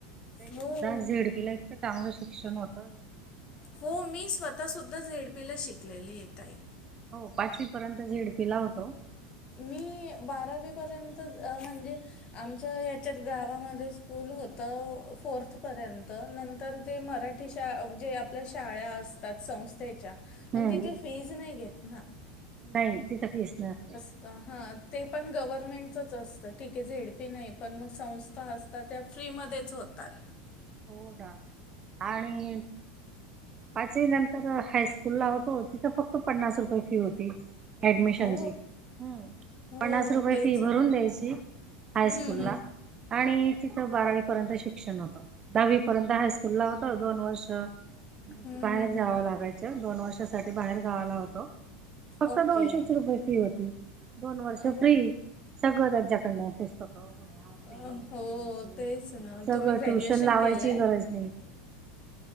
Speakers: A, on the right; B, on the left.
A: तरी
B: हो
A: सुद्धा झेडपीला इतकं चांगलं शिक शिक्षण होत.
B: हो मी स्वतः सुुद्धा झेडपीला शिक कलेली येतई
A: हो पाचवी पर्यंत झीडपी ला होतो.
B: मी बारावीपर्यंत म्हणजे आमच्या याच्यात गावामध्ये स्कूल होत. फोर्थ पर्यंत नंतर ते मराठी शा जे आपल्या शाळा असतात संस्थेच्या
A: हम्म.
B: पण तिथे फीज नाही घेत. ना
A: नाही तिथं फीस नसते.
B: हा ते पण गव्हर्नमेंट असतंय. तिथे आहे झेडपी नाही. पण मग संस्था असतात त्या फ्रीमध्येच होतात.
A: हो ना आणि पाचवी नंतर हायस्कूल ला होतो, तिथं फक्त पन्नास रुपये फी होती. ऍडमिशनची
B: हो
A: हम्म
B: हो
A: पन्नास रुपये
B: तेच
A: फी भरून
B: ना
A: द्यायची हायस्कूल
B: हम्म हम्म
A: ला आणि- तिथं बारावी पर्यंत शिक्षण होतं. दहावी पर्यंत हायस्कूल ला होत दोन वर्ष- म्हणजे
B: हम्म
A: बाहेर
B: हम्म
A: जावं
B: हम्म
A: लागायचं दोन वर्ष. बाहेर गावाला होतो. फक्त
B: ओके
A: दोनशेच रुपये फी होती. दोन वर्ष
B: हो
A: फ्री सगळं त्यांच्याकडन पुस्तकं वह्या
B: अ,
A: पेन
B: हो
A: पेन्सिल
B: तेच ना
A: सगळ
B: तुम्ही ग्रॅज्युएशन
A: टुश्यन- लावायची
B: केलंय?
A: गरज नाही